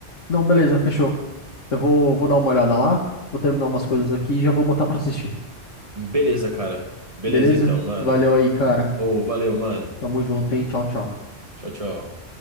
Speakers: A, on the left (about 85°); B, on the right (about 25°).
A: Não, beleza, fechou. Eu vou, vou dar uma olhada lá, vou terminar umas coisas aqui e já vou botar pra assistir.
B: Beleza, cara. Beleza
A: Beleza?
B: então, mano.
A: Valeu aí, cara.
B: Ô, valeu, mano.
A: Tamo junto, hein? Tchau, tchau.
B: Tchau, tchau.